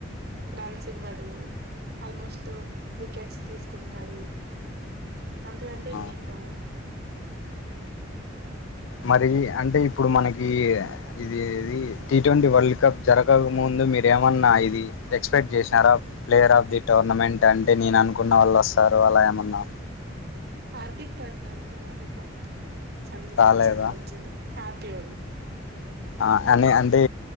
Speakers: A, on the right (about 50°); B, on the left (about 75°).
A: రన్స్ ఇవ్వడు ఆల్మోస్ట్ వికెట్స్ తీసుకుంటాడు అంత కంటే
B: ఆ,
A: ఇంకేం కావాలి
B: మరి అంటే ఇప్పుడు మనకి ఇది ఏదీ టీ ట్వంటీ వరల్డ్ కప్ జరగక ముందు మీరేమన్నా ఇది ఎక్స్పెక్ట్ చేసినారా ప్లేయర్ ఆఫ్ ది టోర్నమెంట్ అంటే నేను అనుకున్న వాళ్లోస్ స్తారు అలా ఏమన్నా
A: హార్దిక్ పాండ్య అనుకున్నాను బట్ సంజు
B: రాలేదా
A: సంసన్ కొచ్చింది హ్యాపి గుండు
B: ఆ అని అంటే